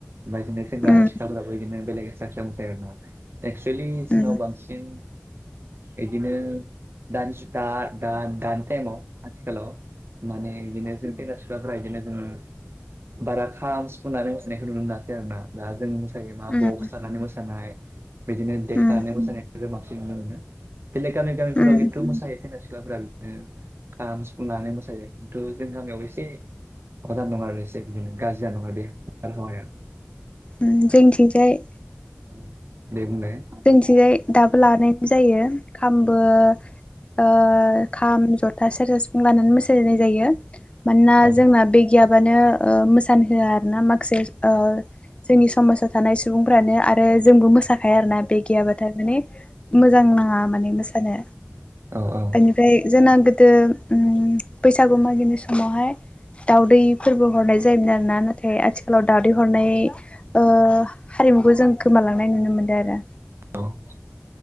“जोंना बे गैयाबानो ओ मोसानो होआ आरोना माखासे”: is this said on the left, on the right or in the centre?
Left